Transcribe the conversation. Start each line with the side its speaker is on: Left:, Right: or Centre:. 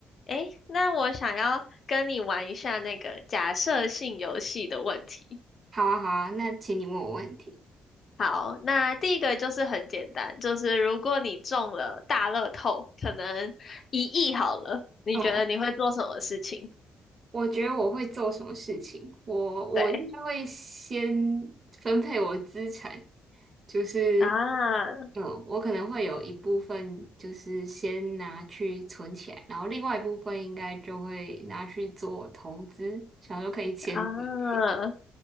Left: 诶，那我想要跟你玩一下那个假设性游戏的问题。
Right: 好啊，好啊，那请你问我问题。
Left: 好，那第一个就是很简单，就是如果你中了大乐透，可能一亿好了，你觉得你会做什么事情？
Right: 哦，我觉得我会做什么事情？我我应该会先
Left: 对
Right: 分配我资产，就是，
Left: 啊
Right: 嗯，我可能会有一部分就是先拿去存起来，然后另外一部分应该就会拿去做投资，想说可以钱滚钱，
Left: 啊，